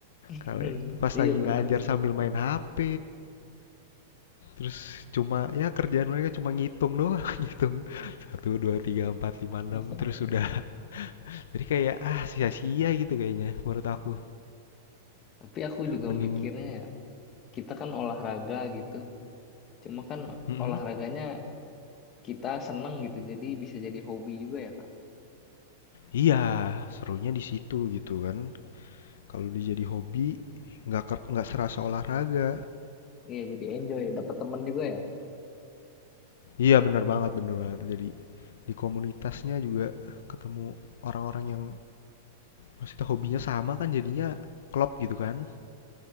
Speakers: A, on the left; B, on the left.
A: <laughs>
B: Kalau pas
A: iya
B: lagi
A: bener
B: ngajar
A: sih
B: sambil main HP, Terus cuma ya kerjaan mereka cuma ngitung doang, <laughs> ngitung satu 2 3 4 5 6
A: <laughs>
B: terus udah. Jadi kayak ah sia-sia gitu kayaknya menurut aku.
A: tapi aku juga
B: Mending
A: mikirnya ya kita kan olahraga gitu cuma kan
B: mhm.
A: olahraganya kita seneng gitu jadi bisa jadi hobi juga ya kak
B: Iya, serunya di situ gitu kan. Kalau dia jadi hobi nggak ker- nggak serasa olahraga.
A: iya jadi enjoy dapat temen juga ya
B: Iya benar banget benar banget. Jadi di komunitasnya juga ketemu orang-orang yang maksudnya hobinya sama kan jadinya klop gitu kan.